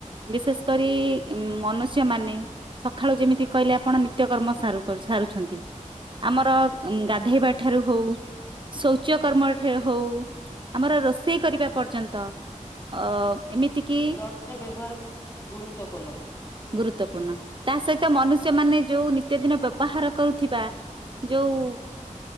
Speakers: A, on the right (about 40°); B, on the left (about 20°).
A: ବିଶେଷ କରି ଉ ମନୁଷ୍ୟ ମାନେ ସକାଳୁ ଯେମିତି କହିଲା ଆପଣ ନିତ୍ୟକର୍ମ ସାରୁ ସାରୁଛନ୍ତି ଆମର ଗାଧୋଇବା ଠାରୁ ହଉ। ଶୌଚ କର୍ମ ହଉ। ଆମର ରୋଷେଇ କରିବା ପର୍ଯ୍ୟନ୍ତ ଅ ଏମିତି କି
B: ଜଳର ବ୍ୟବହାର ବହୁତ ଗୁରୁତ୍ୱପୂର୍ଣ୍ଣ।
A: ଗୁରୁତ୍ୱପୂର୍ଣ୍ଣ ତା ସହିତ ମନୁଷ୍ୟ ମାନେ ଯୋଉ ନିତ୍ୟ ଦିନ ବ୍ୟବହାର କରୁଥିବା ଯୋଉ